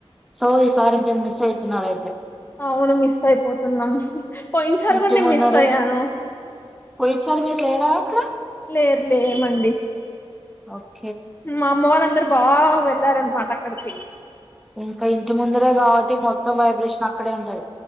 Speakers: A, in the centre; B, on the left (about 20°).
A: సో ఈ సారి మీరు మిస్సవుతున్నారు ఐతే
B: అవును మిస్ అయిపోతున్నాం పోయిన సారి
A: ఇంటి
B: కూడా నేను
A: ముందరే
B: మిస్ అయ్యాను
A: పోయిన సారి మీరు లేరా అక్కడ
B: లేదు లేమండి
A: ఓక్
B: మా అమ్మ వాళ్ళ అందరు బాగా వేల్ ళ్లారనమాట అక్కడికి
A: ఇంకా ఇంటి ముందురే కాబట్టి మొత్తం వైబ్రేషన్ అక్కడే ఉంటది